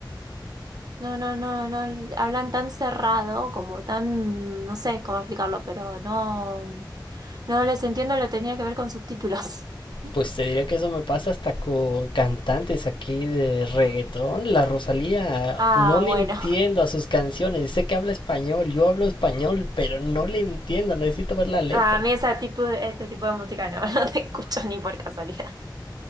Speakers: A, on the right; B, on the left.
A: No, no, no, no, hablan tan cerrado, como tan, no sé cómo explicarlo, pero no, no les entiendo, lo tenía que ver con subtítulos. <laughs>
B: Pues te diré que eso me pasa hasta con cantantes aquí de reggaetón. La Rosalía,
A: Ah,
B: no le
A: bueno.
B: entiendo a sus canciones. Sé que habla español, yo hablo español, pero no le entiendo. Necesito ver la letra.
A: A mí ese tipo, de- ese tipo de música no, <laughs> no te escucho ni por casualidad.